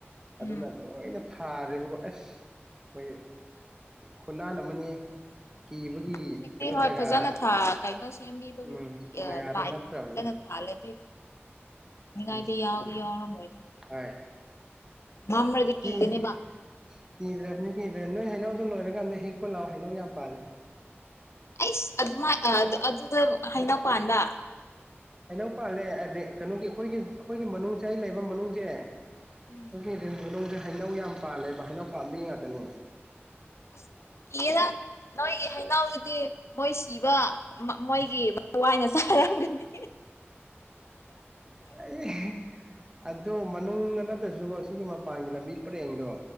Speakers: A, on the right; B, on the left.
A: ꯑꯗꯨꯅ
B: ꯎꯝ
A: ꯂꯣꯏꯅ ꯊꯥꯔꯦꯕꯀꯣ ꯑꯁ ꯑꯩꯈꯣꯏ ꯈꯨꯟꯅꯥꯟ ꯑꯃꯅꯤ ꯀꯤꯕꯒꯤ
B: ꯍꯧꯖꯤꯛꯇꯤ
A: ꯀꯩꯅꯣ
B: ꯍꯣꯏ
A: ꯖꯒꯥ
B: ꯐꯖꯅ ꯀꯩꯅꯣ ꯁꯦꯝꯕꯤꯕꯒꯤ
A: ꯎꯝ ꯖꯒꯥꯗꯣ
B: ꯂꯥꯏꯒꯨꯝꯕ
A: ꯅꯠꯇ꯭ꯔꯕꯅꯤ
B: ꯐꯖꯅ ꯊꯥꯜꯂꯗꯤ
A: ꯎꯝ
B: ꯍꯥꯏꯗꯤ ꯌꯥꯎꯗꯤ ꯌ ꯌꯥ ꯝ ꯑꯣꯏ
A: ꯍꯣꯏ
B: ꯃꯥꯝ꯭ꯔꯗꯤ
A: ꯀꯤ
B: ꯀꯅꯤꯕ
A: ꯀꯤꯗ꯭ꯔꯕꯅꯤ ꯀꯤꯗ꯭ꯔꯕ ꯅꯣꯏ ꯍꯩꯅꯧꯗꯣ ꯂꯣꯏꯔꯀꯥꯟꯗ ꯍꯦꯛꯄ ꯂꯥꯛꯑꯣ ꯍꯩꯅꯧ ꯌꯥꯝ ꯄꯥꯜꯂꯦ
B: ꯑꯩꯁ ꯑꯗꯨꯃꯥꯏ ꯑꯗꯨꯗ ꯍꯩꯅꯧ ꯄꯥꯟꯕ
A: ꯍꯩꯅꯧ ꯄꯥꯜꯂꯦ ꯀꯩꯅꯣꯒꯤ ꯑꯩꯈꯣꯏꯒꯤ ꯑꯩꯈꯣꯏꯒꯤ ꯃꯅꯨꯡꯁꯦ ꯑꯩ ꯂꯩꯕ ꯃꯅꯨꯡꯁꯦ
B: ꯎꯝ
A: ꯈꯣꯏꯒꯤ ꯔꯦꯟ ꯃꯅꯨꯡꯁꯦ ꯍꯩꯅꯧ ꯌꯥꯝ ꯄꯥꯜꯂꯦꯕ ꯍꯩꯅꯧ ꯄꯥꯝꯕꯤ ꯉꯛꯇꯥꯅꯤ
B: ꯑꯁ ꯏꯌꯦꯗ ꯅꯣꯏꯒꯤ ꯍꯩꯅꯥꯎꯗꯨꯗꯤ ꯃꯣꯏ ꯁꯤꯕ ꯃꯣꯏꯒꯤ ꯊꯋꯥꯏꯅ ꯆꯥꯔꯝꯒꯅꯤ
A: ꯑꯩ ꯑꯗꯣ ꯃꯅꯨꯡꯗ ꯅꯠꯇ꯭ꯔꯁꯨꯀꯣ ꯁꯤꯒꯤ ꯃꯄꯥꯟꯒꯤ ꯂꯝꯕꯤ ꯄꯔꯦꯡꯗꯣ